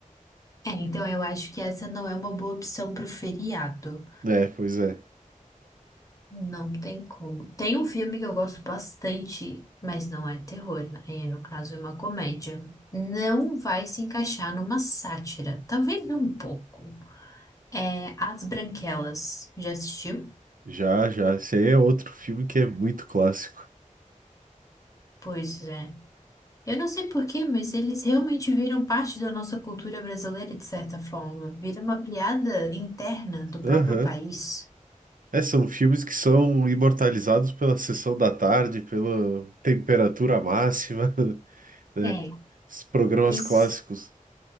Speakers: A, on the left; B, on the right.
A: É, então eu acho que essa não é uma boa opção pro feriado.
B: É, pois é.
A: Não tem como. Tem um filme que eu gosto bastante, mas não é terror, né? E, no caso é uma comédia. Não vai se encaixar numa sátira, talvez um pouco. É As Branquelas. Já assistiu?
B: Já, já. Esse aí é outro filme que é muito clássico.
A: Pois é. Eu não sei por quê, mas eles realmente viram parte da nossa cultura brasileira de certa forma. Vira uma piada interna do próprio
B: Aham.
A: país.
B: É, são filmes que são imortalizados pela sessão da tarde, pela temperatura máxima, <laughs> né?
A: É,
B: Esses programas
A: isso
B: clássicos